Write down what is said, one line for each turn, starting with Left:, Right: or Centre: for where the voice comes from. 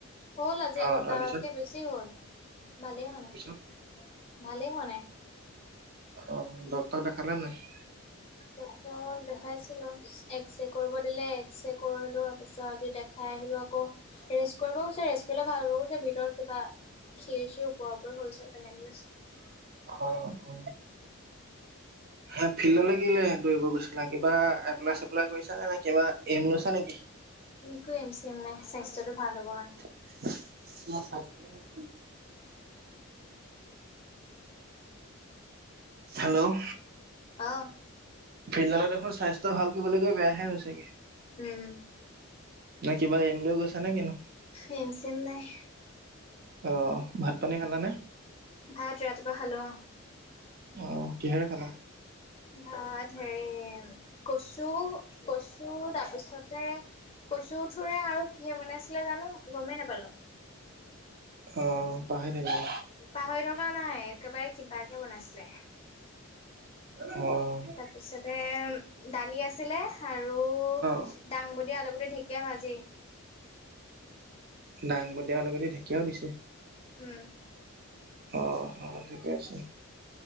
Left: হ'ল আজি
Right: অ
Left: এসপ্তাহতকে
Right: তাৰপিছত?
Left: বেছি। বেছি হ'ল, ভালেই হোৱা
Right: তাৰপিছত?
Left: নাই ভালেই হোৱা নাই।
Right: অ, ডক্টৰক দেখালা নাই?
Left: ডক্টৰক দেখাইছিলো। এক্স ৰে কৰিব দিলে এক্স ৰে কৰিলো তাৰ পিছত আজি দেখাই আহিলো আকৌ। ৰেষ্ট কৰিব গৈছে ৰেষ্ট কৰিলে ভাল হ'ব কৈছে ভিতৰত কিবা সিৰ চিৰ ওপৰা ওপৰি হ'ল চাগে তেনে বুলি কৈছে।
Right: অ অ। হে ফিল্ডলৈ কেলে দৌৰিব গৈছিলা কিবা এপ্লাই চেপ্লাই কৰিছা নে নে কিবা এইম লৈছা নেকি!
Left: একো এইম চেইম নাই স্বাস্থ্যতটো ভাল হ'ব কাৰণে।
Right: তোমাৰ স্বাস্থ্য দেখোন হেল্ল'
Left: অ'।
Right: ফিল্ডলে দেখোন স্বাস্থ্য ভাল কৰিবলৈ গৈ বেয়াহে হৈছেগে।
Left: উম,
Right: নে কিবা এইম লৈ গৈছা নে কিনো!
Left: এইম চেইম নাই।
Right: অ ভাত পানী খালানে?
Left: ভাত ৰাতিপুৱা খালো।
Right: অ কিহেৰে খালা!
Left: ভাত হেৰি কচু, কচু তাৰপিছত কচু ঠোৰে আৰু কিহে বনাইছিলে জানো। গমেই নাপালো।
Right: অ পাহৰি থাকিলা।
Left: পাহৰি থকা নাই একেবাৰে কিবাকে বনাইছিলে।
Right: অ'।
Left: তাৰপিছতে দালি আছিলে আৰু।
Right: অ
Left: দাংবদিয়ে আলুগুটি ঢেকীয়া ভাজি।
Right: দাং বদিয়ে আলুগুটি ঢেকীয়াও দিছে।
Left: উম।
Right: অ অ ঠিকে আছে।